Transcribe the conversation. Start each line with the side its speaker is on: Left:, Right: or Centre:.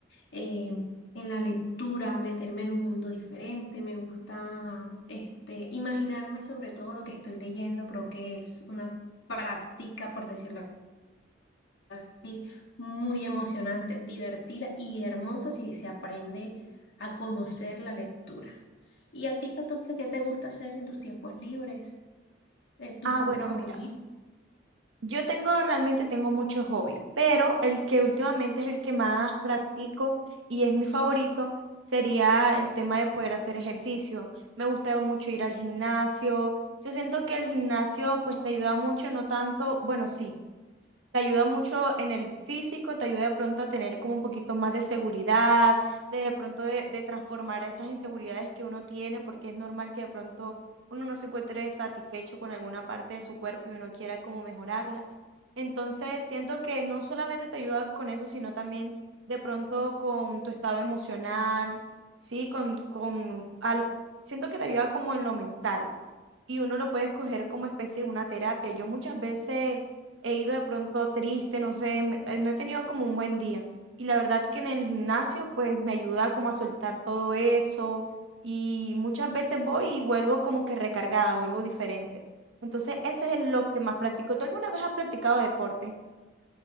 Left: eh, en la lectura, meterme en un mundo diferente. Me gusta este, imaginarme sobre todo lo que estoy leyendo. Creo que es una práctica, por decirlo así muy emocionante, divertida y hermosa si se aprende a conocer la lectura. ¿Y a ti, Katuska, qué te gusta hacer en tus tiempos libres? Eh, ¿tu
Right: Ah,
Left: hobby
Right: bueno,
Left: favorito?
Right: mira, yo tengo realmente tengo muchos hobbies, pero el que últimamente es el que más practico y es mi favorito sería el tema de poder hacer ejercicio. Me gusta mucho ir al gimnasio. Yo siento que el gimnasio pues te ayuda mucho, no tanto, bueno, sí. Te ayuda mucho en el físico, te ayuda de pronto a tener como un poquito más de seguridad, de, de pronto de, de transformar esas inseguridades que uno tiene, porque es normal que de pronto uno no se encuentre satisfecho con alguna parte de su cuerpo y uno quiera como mejorarla. Entonces, siento que no solamente te ayuda con eso, sino también de pronto con tu estado emocional, sí, con, con al- siento que te ayuda como en lo mental y uno lo puede escoger como especie de una terapia. Yo muchas veces he ido de pronto triste, no sé, me- eh, no he tenido como un buen día. Y la verdad que en el gimnasio pues me ayuda como a soltar todo eso y muchas veces voy y vuelvo como que recargada, vuelvo diferente. Entonces, ese es lo que más practico. ¿Tú alguna vez has practicado deporte?